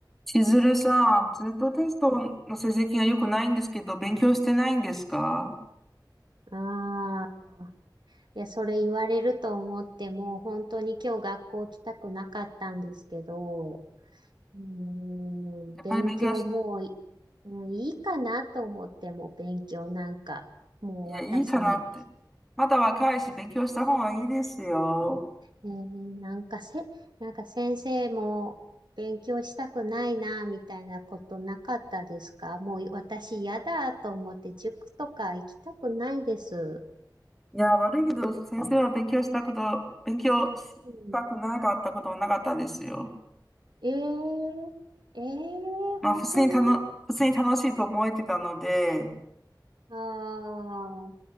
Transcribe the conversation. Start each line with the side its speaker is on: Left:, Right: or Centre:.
Centre: しずるさん、ずっとテストの成績が良くないんですけど、勉強してないんですか
Right: ああ、いや、それ言われると思って、もう本当に今日学校来たくなかったんですけど、うーん、
Centre: やっぱり勉強し、
Right: 勉強もうい、うんいいかなと思っても、勉強なんか、もう私に、
Centre: いや、いいかなって。まだ若いし、勉強した方がいいですよ。
Right: ねえーなんかせ、なんか先生も勉強したくないな、みたいなことなかったですかもう私嫌だと思って、塾とか行きたくないです。
Centre: いや、悪いけど、先生は勉強したこと、勉強したくなかったことはなかったですよ。
Right: うん、えーええ本当に
Centre: まあ、普通にたの、普通に楽しいと思えてたので、
Right: あ